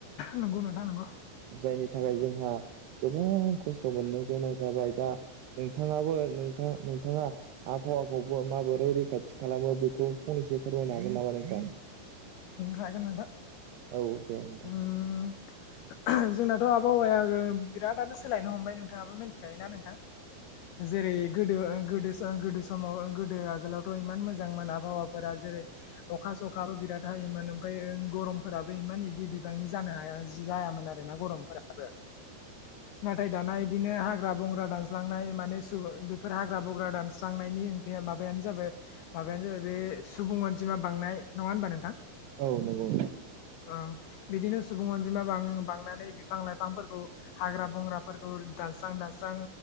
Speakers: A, on the left; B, on the right.
A: नंगौ नोंथां नोंगौ
B: जायनि थाखाय जोंहा गोबां खस्थ' मोननो गोनां जाबाय दा नोंथाङाबो नोंथां नोंथाङा आबहावाखौबो माबोरै रैखाथि खालामो बे खौ फंनैसो फोरमायनो हागोन नामा नोंथां?
A: हागोन नोंथां
B: औ दे नोंथां
A: उम जोंना- थ' आबहावाया बिरादानो सोलायनो हमबाय नोंथाङाबो मिथिखायोना नोंथां? जेरै गोदो गोदो सा गोदो समाव गोदो आगोलावथ' इमान मोजां मोन आबहावाफोरा जेरै अखा सखाबो बिराद हायोमोन ओमफ्रायो गरमफोराबो इमान इदि बिबांनि जानो हाया जायामोन आरोना गरमफोराबो नाथाय दाना इदिनो हाग्रा बंग्रा दानस्रांनाय माने बेफोर हाग्रा बंग्रा दानस्रांनायनि ओंथिया माबायानो जाबाय माबायानो जाबाय बे सुबुं अनजिमा बांनाय। नङा होनबा नोंथां?
B: औ नंगौ।
A: <inaudible> ओ बिदिनो सुबुं अनजिमा बां बांनानै बिफां लाइफांफोरखौ हाग्रा बंग्राफोरखौ दानस्रां दानस्रां